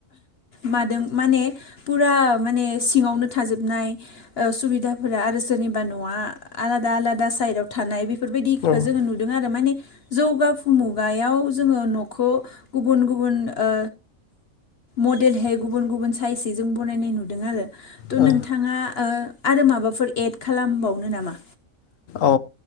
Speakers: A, on the left; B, on the left.
A: मादों माने फुरा माने सिङावनो थाजोबनाय ओ सुबिदाफोरा आरो सोरनिबा न'आआलादा आलादा साइदाव थ थानाय बे बेफोरबायदिखौ
B: औ
A: जोङो नुदों आरो माने जौगाफुमुगायाव जोङो न'खौ गुबुन गुबुन ओ मडेलहै गुबुन गुबुन साइजै जों बनायनाय नुदों आरो थ'
B: औ
A: नोंथाङा ओ आरो माबाफोर एड खालामबावनो नामा?
B: औ